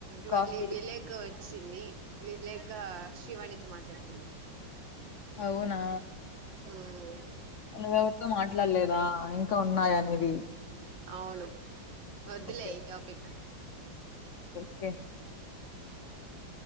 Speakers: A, on the left (about 75°); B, on the right (about 75°).
A: కాఫీ
B: మళ్ళీ విళ్లేకు వచ్ వచ్చింది. వీలేక, శివాణితో మాట్లాడుతుంది.
A: అవున్ నా
B: మ్మ్
A: నువ్వ ఎవరితో మాట్లాడలేదా ఇంకా ఉన్నాయ నీవి.
B: అవును వద్దులే
A: ఓకే
B: ఈ టాపిక్.
A: కే